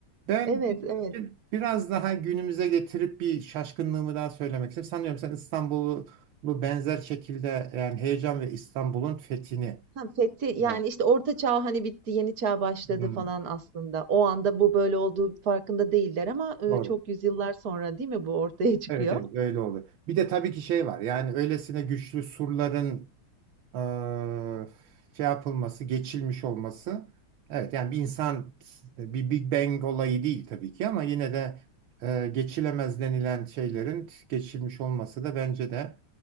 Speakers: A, on the right; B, on the right.
A: Ben
B: Evet,
A: bir-
B: evet.
A: bir- biraz daha günümüze getirip bir şaşkınlığımı daha söylemek istiyorum. Sanıyorum sen İstanbul'u bu benzer şekilde yani heyecan ve İstanbul'un fethini.
B: Ha, fethi, yani
A: Evet.
B: işte orta çağ hani bitti, yeni çağ başladı
A: Hmm,
B: falan aslında. O anda bu böyle olduğu farkında değiller ama e,
A: doğru.
B: çok yüzyıllar sonra değil mi bu ortaya çıkıyor?
A: Evet evet öyle oluyor. Bir de tabii ki şey var yani öylesine güçlü surların eee, şey yapılması, geçilmiş olması. Evet yani bir insan bir Big Bang olayı değil tabii ki ama yine de eee, geçilemez denilen şeylerin geçilmiş olması da bence de